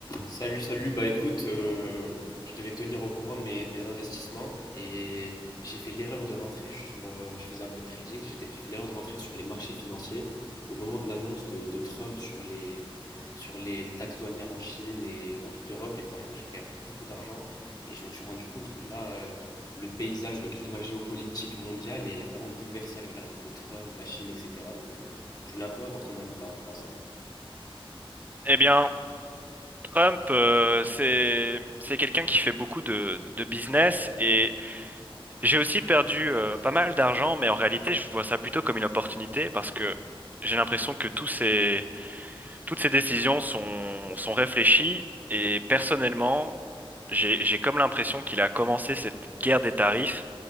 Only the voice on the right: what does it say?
Eh bien, Trump, euh, c'est c'est quelqu'un qui fait beaucoup de, de business et j'ai aussi perdu euh, pas mal d'argent, mais en réalité, je vois ça plutôt comme une opportunité parce que j'ai l'impression que tous ces toutes ces décisions sont sont réfléchies et personnellement, j'ai j'ai comme l'impression qu'il a commencé cette guerre des tarifs